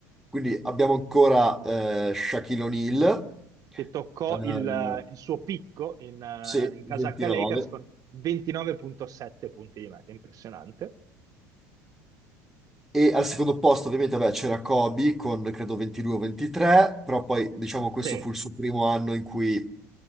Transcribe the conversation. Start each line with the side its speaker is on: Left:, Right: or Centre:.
Centre: Quindi abbiamo ancora eh, Shaquille O'Neal,
Right: che toccò
Centre: eh,
Right: il, il suo picco in, eh,
Centre: sì,
Right: in
Centre: 29.
Right: casacca Lakers con 29.7 punti di media, impressionante.
Centre: E al secondo posto ovviamente vabbè, c'era Kobe con credo 22 o 23, però poi diciamo questo
Right: Sì,
Centre: fu il suo primo anno in cui